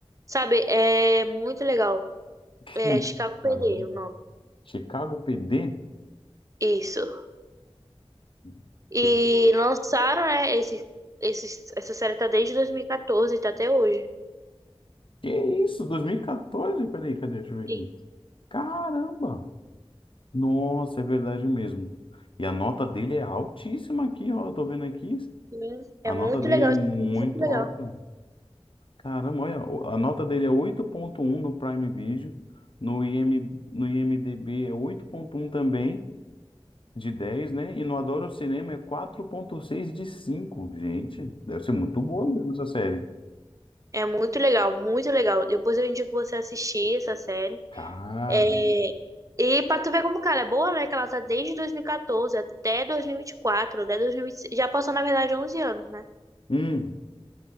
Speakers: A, on the right (about 30°); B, on the left (about 55°).
A: Sabe? É muito legal.
B: <laughs>
A: É Chicago
B: Caramba.
A: PD, o nome.
B: Chicago PD?
A: Isso.
B: Deixa
A: E
B: eu ver.
A: lançaram, né, esse, esse, essa série tá desde 2014, tá até hoje.
B: Que isso? 2014? Peraí, cadê? Deixa eu ver
A: Sim.
B: aqui. Caramba! Nossa, é verdade mesmo. E a nota dele é altíssima aqui, ó. Eu tô vendo aqui.
A: Sim. É
B: A
A: muito
B: nota dele
A: legal,
B: é muito
A: assim, muito legal.
B: alta. Caramba, olha. o- A nota dele é oito ponto um no Prime Video. No IM, no IMDB é oito ponto um também, de 10, né? E no Adoro Cinema é quatro ponto seis de 5. Gente, deve ser muito boa mesmo essa série.
A: É, é muito legal, muito legal. Depois eu indico você assistir essa série.
B: Caramba.
A: É, e pra tu ver como, cara, é boa, né? Que ela tá desde 2014 até 2024, até 2025. Já passou, na verdade, 11 anos, né?
B: Hum,